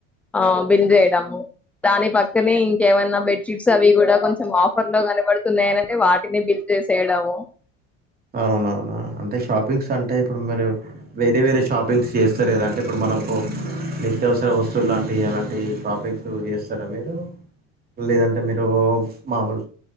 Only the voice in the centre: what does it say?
ఆ బిల్ చేయడము. దాని పక్కనే ఇంకేమైనా బెడ్ షీట్స్ అవి కూడా కొంచెం ఆఫర్ లో కనబడుతున్నాయని అంటే వాటిని బిల్ చేసేయడము.